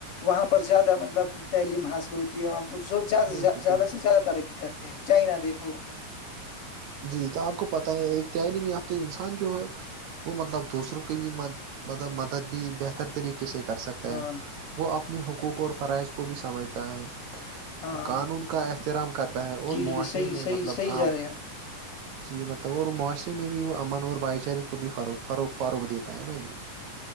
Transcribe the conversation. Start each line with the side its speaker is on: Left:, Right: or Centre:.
Left: وہاں پر زیادہ مطلب تعلیم حاصل ہو اں
Right: بالکل
Left: زیادہ
Right: بالکل
Left: سے زیادہ ترقی کرتے ہیں چائنا دیکھو
Right: جی تو آپ کو پتہ ہے ایک تعلیم یافتہ انسان جو ہے وہ مطلب دوسروں کی بھی مطلب مدد بھی بہتر طریقے سے کر سکتے
Left: ہاں
Right: ہے وہ اپنے حقوق اور فرائض کو بھی سمجھتا ہے
Left: ہاں
Right: قانون کا احترام کرتا ہے
Left: جی
Right: اور معاشرے
Left: جی صحیح
Right: میں
Left: صحیح
Right: مطلب
Left: صحیح
Right: عام
Left: جا
Right: <unintelligible>
Left: رہے ہیں ہم۔
Right: جی مطلب اور معاشرے میں بھی وہ امن اور بھائی چارے کو بھی فرو فرو فروغ دیتا ہے نا جی